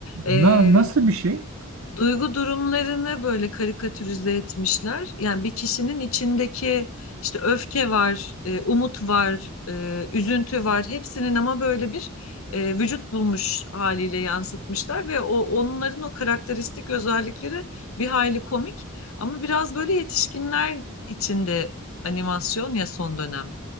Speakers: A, on the left (about 70°); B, on the right (about 70°).
A: E,
B: Na nasıl bir şey?
A: Duygu durumlarını böyle karikatürize etmişler. Yani bir kişinin içindeki işte öfke var, e, umut var, e, üzüntü var. Hepsinin ama böyle bir e, vücut bulmuş haliyle yansıtmışlar ve o onların o karakteristik özellikleri bir hayli komik ama biraz böyle yetişkinler içinde animasyon ya son dönem.